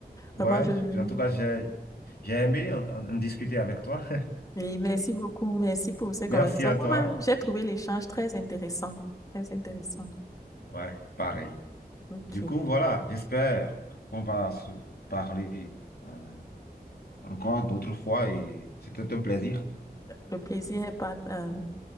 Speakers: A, on the left; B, on the left.
A: ouais,
B: Vraiment, je,
A: en tout cas, j'ai, j'ai aimé en, en- en discuter avec toi.
B: et merci beaucoup, merci pour
A: <laughs>
B: ces
A: Merci
B: conversations.
A: à toi.
B: Moi-même, j'ai trouvé l'échange très intéressant. Très intéressant.
A: Ouais, pareil.
B: OK.
A: Du coup, voilà, j'espère qu'on va se parler euh, encore d'autres fois et c'était un plaisir.
B: Le plaisir est part- euh,